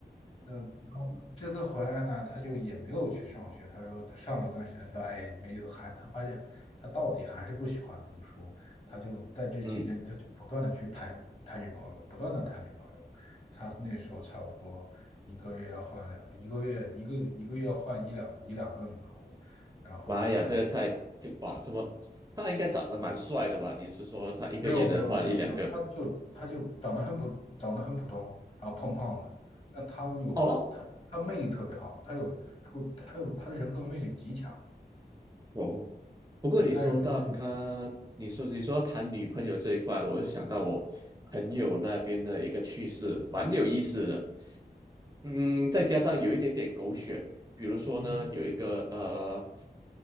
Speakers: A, on the left (about 35°); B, on the right (about 20°).
A: 嗯，然后这次回来呢，他就也没有去上学。他说他上了一段时间，说哎，没有，还他发现他到底还是不喜欢读书。他就在这期间，
B: 嗯，
A: 他就不断的去谈谈女朋友，不断的谈女朋友。他那时候差不多一个月要换两，一个月一个一个月要换一两一两个女朋友，然后可能
B: 妈呀，这个太就哇，这么他应该长得蛮帅的吧？你是说他一个月能换一两个？
A: 没有没有没有没有，他就他就长得很普长得很普通，然后胖胖的，但他有他他魅力特别好，
B: 哦，
A: 他有他有他有他的人格魅力极强，
B: 哦，不过你说到刚，
A: 对，他人格魅力极强。
B: 你说你说到谈女朋友这一块，我就想到我朋友那边的一个趣事，蛮有意思的。嗯，再加上有一点点狗血，比如说呢，
A: 嗯
B: 有一个呃。